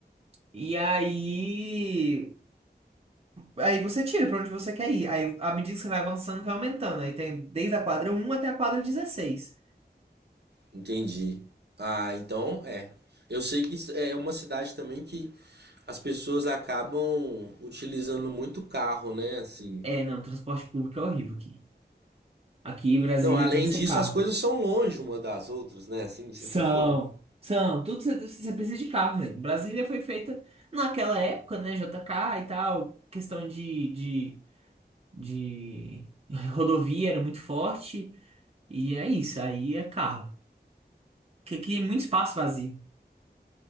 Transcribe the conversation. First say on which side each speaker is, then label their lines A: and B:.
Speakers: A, on the right; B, on the right.
A: E aí Aí você tira pra onde você quer ir. Aí, à medida que você vai avançando, vai aumentando. Aí tem desde a quadra um até a quadra 16.
B: Entendi. Ah, então é. Eu sei que isso é uma cidade também que as pessoas acabam utilizando muito carro, né? Assim.
A: É, não, transporte público é horrível aqui. Aqui em Brasília
B: Não, além
A: tem que
B: disso,
A: ser carro.
B: as coisas são longe uma das outras, né? Assim, de
A: São,
B: certa forma.
A: são, tudo você você precisa de carro mesmo. Brasília foi feita naquela época, né? J K e tal, questão de, de, de rodovia era muito forte. E é isso, aí é carro. Que aqui é muito espaço vazio.